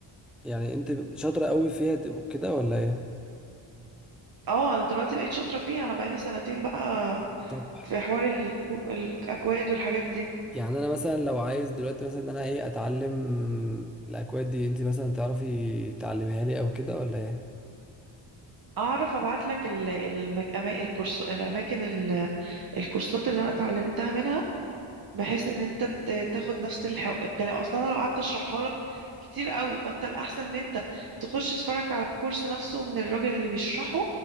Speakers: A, in the centre; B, on the right.
A: يعني انت شاطره قوي فيها دي- وكده ولا ايه
B: اه انا دلوقتي بقيت شاطره فيها انا بقالي سنتين بقى
A: طب
B: في حوار الكو- الأكواد والحاجات دي
A: يعني انا مثلا لو عايز دلوقتي مثلا ان انا ايه اتعلم الاكواد دي انت مثلا تعرفي تعلمها لي او كده ولا ايه
B: أعرف أبعت لك الأماكن ال- الكورسات اللي أنا اتعلمتها منها بحيث إن أنت ت- تاخد نفس الحو... الكلام أصلا أنا لو قعدت أشرحها لك كتير قوي فأنت الأحسن إن أنت تخش تتفرج على الكورس نفسه من الراجل اللي بيشرحه